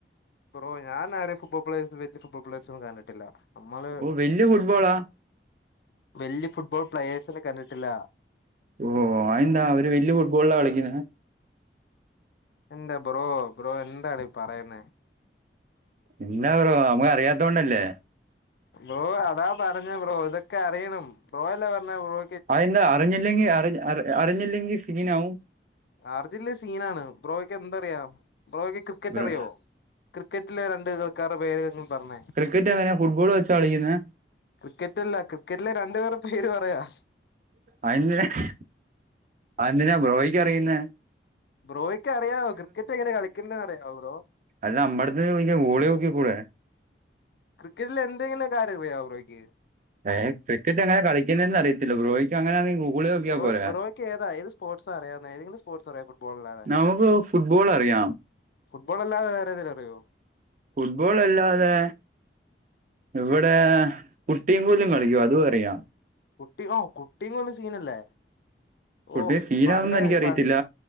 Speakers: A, on the left; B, on the right.
A: ബ്രോ ഞാനാരെയും ഫുട്ബോൾ പ്ലേ വെച്ചിട്ട് ഫുട്ബോൾ പ്ലേ ഒന്നും കണ്ടിട്ടില്ല നമ്മള്
B: ഓ വലിയ ഫുട്ബോളാ
A: വല്യ ഫുട്ബോൾ പ്ലയേഴസിനെ കണ്ടിട്ടില്ല
B: ഓഹ അയ എന്താ അവര് വല്യ ഫുട്ബോളാണ് കളിക്കുന്ന
A: എൻ്റെ ബ്രോ ബ്രോ എന്താണ് ഈ പറയുന്നത്
B: എന്ന ബ്രോ നമക്ക് അറിയാതോണ്ടല്ലേ
A: ബ്രോ അതാ പറഞ്ഞ ബ്രോ ഇതൊക്കെ അറിയണം ബ്രോ അല്ലേ പറഞ്ഞ ബ്രോ
B: അഎന്നാ അറിഞ്ഞില്ലെങ്കി അറി അറ് അറിഞ്ഞില്ലെങ്കിൽ സീനാവും.
A: ആർജില്ല സീനാണ് ബ്രോയ്ക്ക് എന്തറിയാം ബ്രോയ്ക്ക് ക്രിക്കറ്റ്
B: ബ്രോ
A: അറിയോ ക്രിക്കറ്റിലെ രണ്ട് കലീക്കാരുടെ പേര്ങ്ങും പറഞ്ഞ
B: ക്രിക്കറ്റ് എങ്ങനെയാണ് ഫുട്ബോൾ വെച്ചാ കളിക്കുന്നത്
A: ക്രിക്കറ്റല്ല ക്രിക്കറ്റ്ലെ രണ്ടുപേർടെ പേര് പറയാ.
B: <unintelligible> ആയേന്തിനാ ബ്രോക്ക് അറിയുന്നേ
A: ബ്രോയ്ക്ക് അറിയാവോ ക്രിക്കറ്റെങ്ങനെ കളിക്കുന്നന്ന് അറിയാവോ ബ്രോ.
B: അത് നമ്മെടുത്തെ ചോദിക്ക ഓളോക്കി കൂടെ
A: ക്രിക്കറ്റിൽ എന്തെങ്കിലുംകാര്യംഅറിയാ ബ്രോയ്ക്ക്
B: ഏഹ് ക്രിക്കറ്റ് എങ്ങനെ കളിക്കുന്നന്ന് അറി ബ്രോക്ക് അങ്ങഎന്നെ ഗൂഗിള നോക്കിയാ
A: ബ്രോ
B: പോരാ
A: ബ്രോയ്ക്ക് ഏതാ ഏത് സ്പോർട്സാ അറിയാവുന്നെ ഏതെങ്കിലും സ്പോർട്സ് അറിയോ ഫുട്ബോൾ അല്ലാതെ
B: നമുക്ക് ഫുട്ബോൾ അറിയാം
A: ഫുട്ബോൾ അല്ലാതെ വേറെ ഏതേലും അിറീയോ
B: ഫുട്ബോൾ അല്ലാതെ ഇവിടെ കുട്ടിയും കൊലും കളിക്കും അതും അറിയാം
A: കുട്ടി ഓ കുട്ടിുന്ന സീനല്ലേ
B: കുട്ടി
A: ഓ്
B: സീനാവുമെന്ന്
A: പണ്ട
B: എനിക്കറിയത്തില്ല
A: പ